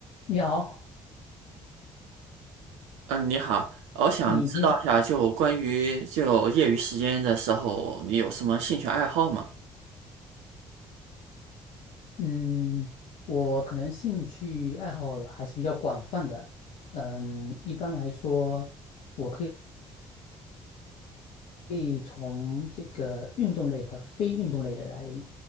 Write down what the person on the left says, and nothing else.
你好，
你平时，
嗯，我可能兴趣爱好还是比较广泛的，嗯，一般来说，我可以。可以从这个运动类和非运动类的来